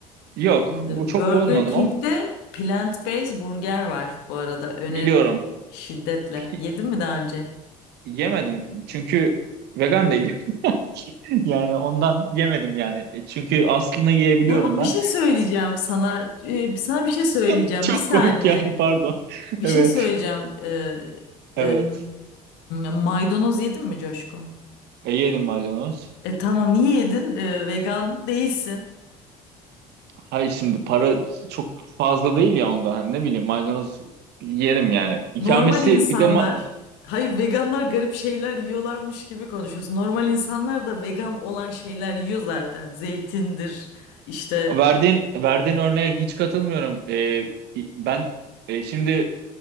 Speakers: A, on the right; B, on the left.
A: Yok
B: E,
A: bu çok
B: Burger
A: bozmadım
B: King'de
A: ama
B: plant-based burger var bu arada öneririm
A: biliyorum.
B: şiddetle.
A: Pi-
B: Yedin mi daha önce?
A: Yemedim çünkü vegan değilim. <laughs> Yani ondan yemedim yani. E, Çünkü aslını yiyebiliyorum
B: Ama
A: ben.
B: bir şey söyleyeceğim sana. E, sana bir şey söyleyeceğim.
A: <laughs> Çok
B: Bir saniye.
A: komik geldi pardon. <laughs>
B: Bir
A: Evet.
B: şey söyleyeceğim. Ee, em,
A: Evet.
B: maydanoz yedin mi Coşku?
A: E, yedim maydanoz.
B: E tamam niye yedin? E, vegan değilsin.
A: Hayır şimdi para çok fazla değil ya onda. Hani ne bileyim maydanoz yerim yani. İkamesi
B: Normal insanlar,
A: bir de ma-
B: hayır veganlar garip şeyler yiyorlarmış gibi konuşuyorsun. Normal insanlar da vegan olan şeyler yiyor zaten. Zeytindir işte.
A: Verdiğin verdiğin örneğe hiç katılmıyorum. Ee, ben e, şimdi